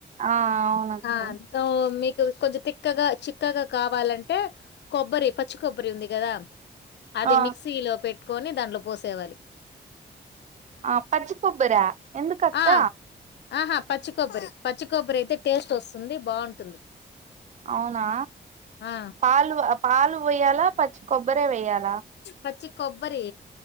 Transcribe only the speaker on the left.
ఆ తో కొంచెం తిక్కగా, చిక్కగా, కావాలంటే కొబ్బరి పచ్చి కొబ్బరి ఉంది కదా అది
మిక్సీలో పె కొని దాన్ పోసేవాలి
ఆ ఆహా, పచ్చికబ్బరి పచ్చి కొబరి అయితే టేస్ట్ వస్తుంది బాగుంటుంది
ఆ
పచ్ కొబ్బరి